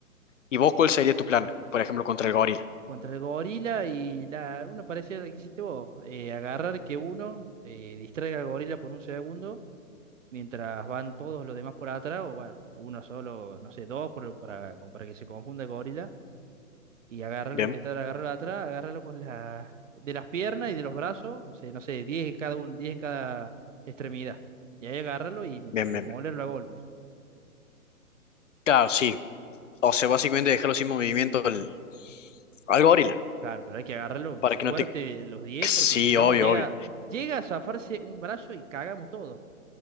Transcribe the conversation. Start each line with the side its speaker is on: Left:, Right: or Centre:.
Left: ¿Y vos cuál sería tu plan? Por ejemplo, contra el gorila.
Right: contra el gorila y la, uno parecía lo que hiciste vos, eh, agarrar que uno eh, distraiga al gorila por un segundo mientras van todos los demás por atrás, o bueno, uno solo, no sé, dos por- para, como para que se confunda el gorila, y agarrarlo,
Left: Bien,
Right: intentar agarrarlo atrás, agarrarlo con la, de las piernas y de los brazos, o sea, no sé, 10 en cada uno, 10 en cada extremidad. Y ahí agarrarlo y
Left: bien,
Right: remolerlo
Left: bien. bien.
Right: a golpes.
Left: Claro, sí. O sea, básicamente dejarlo sin movimiento al, al gorila.
Right: Claro, pero hay que agarrarlo
Left: Para
Right: fuerte
Left: que no te.
Right: los diez
Left: Sí,
Right: porque si no
Left: obvio,
Right: llega,
Left: obvio.
Right: llega a zafarse un brazo y cagamos todo.